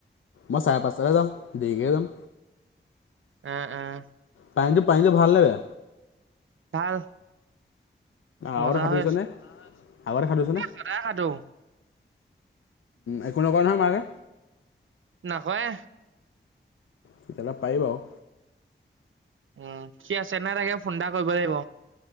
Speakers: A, on the left; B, on the right.
A: মই চাৰে পাঁচটাতে যাম দেৰিকে যাম।
B: উম উম।
A: পানীটো পানীটো ভাল লাগে।
B: ভাল। মজা
A: আগতে খোৱাটো
B: হৈ
A: হৈছেনে
B: আছে
A: আগতে খোৱাটো হৈছেনে।
B: সদায় সাধো
A: একো নকয় নহয় মাকে।
B: নকয়।
A: তেতিয়াহলে পাৰি বাও।
B: উম সি আছে নাই তাকে ফোন এটা কৰিব লাগিব।